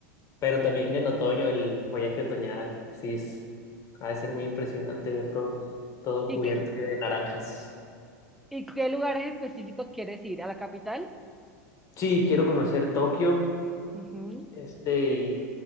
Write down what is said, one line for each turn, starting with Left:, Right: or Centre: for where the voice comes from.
Left: pero también en otoño, el follaje otoñal, sí es, ha de ser muy impresionante ver todo, todo
Centre: ¿Y
Left: cubierto
Centre: qué,
Left: de naranjas.
Centre: y qué lugares específicos quieres ir? ¿A la capital?
Left: Sí, quiero conocer Tokio,
Centre: Ujú,
Left: este, y